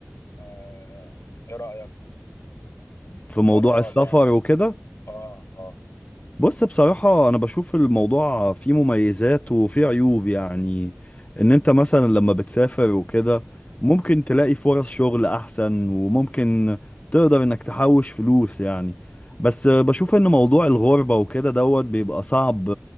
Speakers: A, on the left; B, on the left.
A: آه ايه رأيك
B: في موضوع
A: بره
B: السفر
A: ولا
B: وكده
A: اه اه
B: بص بصراحة أنا بشوف الموضوع فيه مميزات وفيه عيوب يعني إن أنت مثلا لما بتسافر وكده ممكن تلاقي فرص شغل أحسن وممكن تقدر إنك تحوش فلوس يعني بس بشوف إن موضوع الغربة وكده دوت بيبقى صعب